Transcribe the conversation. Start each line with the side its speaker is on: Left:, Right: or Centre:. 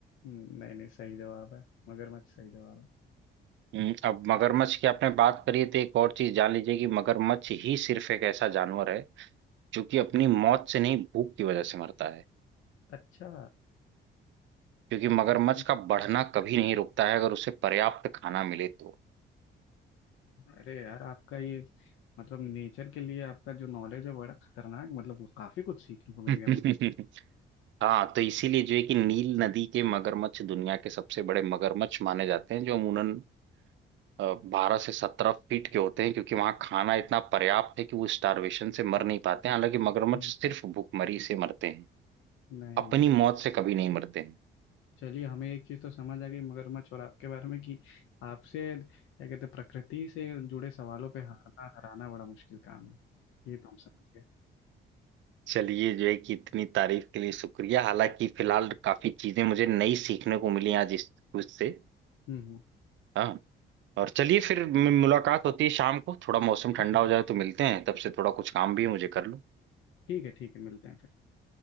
Left: हम्म, नहीं नहीं सही जवाब है मगरमच्छ सही जवाब है
Right: हम्म, अब मगरमच्छ की आपने बात करी है, तो एक और चीज जान लीजिए कि मगरमच्छ ही सिर्फ एक ऐसा जानवर है जो कि अपनी मौत से नहीं भूख की वजह से मरता है
Left: अच्छा
Right: क्योंकि मगरमच्छ
Left: ये तो
Right: का बढ़ना कभी नहीं रुकता है अगर उसे पर्याप्त खाना मिले तो
Left: अरे यार आपका ये मतलब नेचर के लिए आपका जो नॉलेज है बड़ा खतरनाक मतलब वो काफी कुछ सीखने को मिल
Right: <laughs>
Left: गया मुझे
Right: हाँ तो इसीलिए जो है कि नील नदी के मगरमच्छ दुनिया के सबसे बड़े मगरमच्छ माने जाते हैं जो अमूमन अ, बारह से सत्रह फीट के होते हैं क्योंकि वहाँ खाना इतना पर्याप्त है कि वो स्टारवेशन से मर नहीं पाते हैं हालांकि मगरमच्छ
Left: हम्म,
Right: सिर्फ भूखमरी से मरते हैं
Left: नहीं
Right: अपनी
Left: नहीं
Right: मौत से कभी नहीं मरते
Left: चलिए हमें एक चीज तो समझ आ गई मगरमच्छ और आपके बारे में कि आपसे क्या कहते हैं प्रकृति से जुड़े सवालों पे हारना हराना बड़ा मुश्किल काम है ये तो हम समझ गए
Right: चलिए जो है कि इतनी तारीफ के लिए शुक्रिया हालांकि फिलहाल काफी चीजें मुझे नई सीखने को मिली आज इस कुछ से
Left: हम्म हम्म,
Right: हाँ और चलिए फिर मु- मुलाकात होती है शाम को थोड़ा मौसम
Left: ठीक
Right: ठंडा
Left: है
Right: हो
Left: ठीक
Right: जाए
Left: है
Right: तो मिलते हैं तब से थोड़ा कुछ काम भी है मुझे कर लूँ
Left: ठीक है ठीक है मिलते हैं फिर